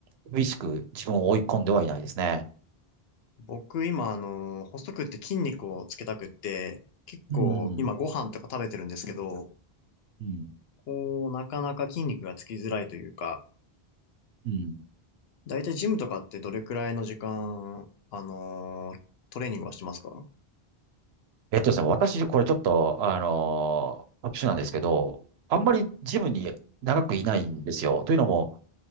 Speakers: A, on the right; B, on the left.
A: 厳しく自分を追い込んではいないですね。
B: 僕今、あの、細くって筋肉をつけたくって、結構今ご飯とか食べてるんですけど、
A: うん。うん。
B: こう、なかなか筋肉がつきづらいというか、
A: うん。
B: だいたいジムとかってどれくらいの時間、あのートレーニングはしてますか
A: えっとですね、私、これちょっと、あのー特殊なんですけど、あんまりジムに長くいないんですよ。というのも、